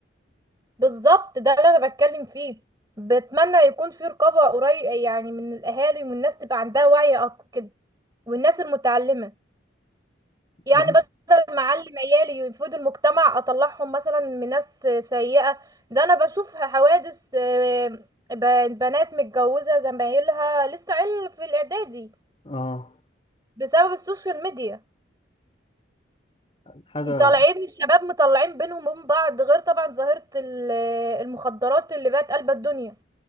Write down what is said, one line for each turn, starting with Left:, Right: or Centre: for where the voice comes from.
Right: بالظبط ده اللي انا بتكلم فيه بتمنى يكون في رقابة قريب يعني من الاهالي والناس تبقى عندها وعي اكتر كده والناس المتعلمة يعني
Left: ما-
Right: بدل ما اعلم عيالي يفيدوا المجتمع اطلعهم مثلا من ناس سيئة ده انا بشوف حوادث آه، ب- بنات متجوزة زمايلها لسه عيل في الاعدادي
Left: آه
Right: بسبب السوشيال ميديا
Left: حاجة
Right: طالعين الشباب مطلعين بينهم وبين بعض غير طبعا ظاهرة ال- المخدرات اللي بقت قلب الدنيا